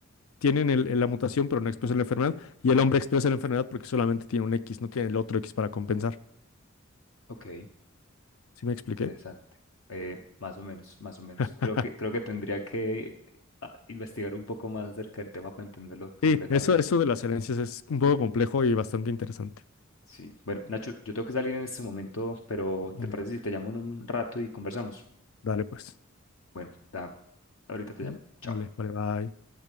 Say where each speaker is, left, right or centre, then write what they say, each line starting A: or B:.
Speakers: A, on the left; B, on the left.
A: tienen el- el- la mutación, pero no expresan la enfermedad, y el hombre expresa la enfermedad porque solamente tiene un X, no tiene el otro X para compensar.
B: Ok.
A: ¿Sí me expliqué?
B: Interesante. Eh, más o menos, más o menos.
A: <laughs>
B: Creo que, creo que tendría que ah, investigar un poco más acerca del tema para entenderlo completamente.
A: Sí, eso, eso de las herencias es un poco complejo y bastante interesante.
B: Sí. Bueno, Nacho, yo tengo que salir en este momento, pero
A: Vale.
B: ¿te parece si te llamo en un rato y conversamos?
A: Dale pues.
B: Bueno, da- ahorita te
A: Mm,
B: llamo. Chao.
A: Vale, vale, bye.